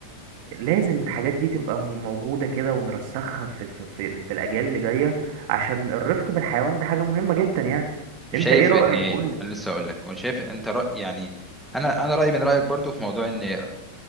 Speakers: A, on the right; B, in the centre.
A: لازم الحاجات دي تبقى م- موجودة كده ونرسخها في, في, في, ال- في الاجيال اللي جاية عشان الرفق بالحيوان ده حاجة مهمة جدا يعني
B: وشايف
A: انت ايه رأيك
B: ان
A: قولي
B: انا لسه اقول لك وانا شايف انت رأي يعني انا انا رايي من رايك برضو في موضوع ان